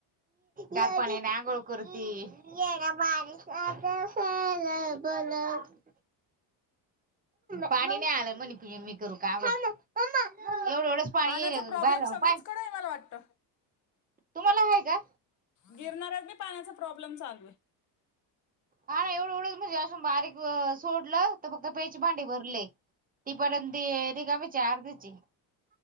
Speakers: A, on the right; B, on the left.
A: गार पाण्याने अंघोळ करती. <unintelligible> पाणी नही आलं म्हने पिये मी करु का आंघुळ. <unintelligible> एवढं एवढंच पाणी
B: पाण्याचा
A: येल हे
B: प्रॉब्लेम
A: बाहेर जाऊन
B: सगळीचकडे
A: पाय,
B: आहे मला वाटतं
A: तुम्हाला हवंय का?
B: गिरणाऱ्यात बी पाण्याचा प्रॉब्लेम चालूये.
A: हा ना एवढं एवढच म्हणजे असून बारीक सोडलं त फक्त प्यायचे भांडे भरले. टीपरण ते रिकामीच ये अर्धेच ये.